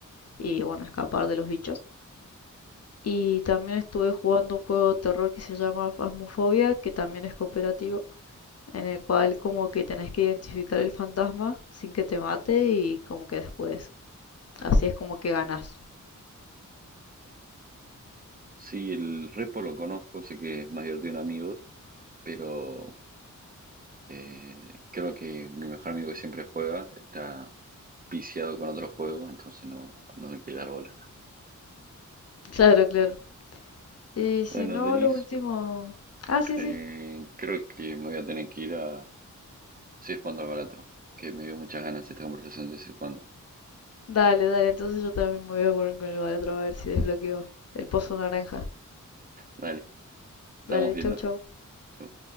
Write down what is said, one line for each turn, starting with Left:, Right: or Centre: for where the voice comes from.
Left: y, bueno, escapar de los bichos. Y también estuve jugando un juego de terror que se llama Phasmophobia, que también es cooperativo, en el cual como que tenés que identificar el fantasma sin que te mate y como que después. Así es como que ganas.
Right: Sí, el repo lo conozco, sé que es mayor de un amigo, pero eh, creo que mi mejor amigo que siempre juega está viciado con otro juego, entonces no, no me quiere dar bola.
Left: Claro, claro. Y si
Right: Bueno,
Left: no,
Right: Denise,
Left: lo último... Ah, sí,
Right: eh,
Left: sí.
Right: creo que me voy a tener que ir a seguir jugando al Balatro, que me dio muchas ganas esta conversación de seguir jugando.
Left: Dale, dale. Entonces yo también me voy a poner con el otro a ver si desbloqueo el pozo naranja.
Right: Dale, estamos
Left: Dale,
Right: viendo.
Left: chau, chau.
Right: Chau.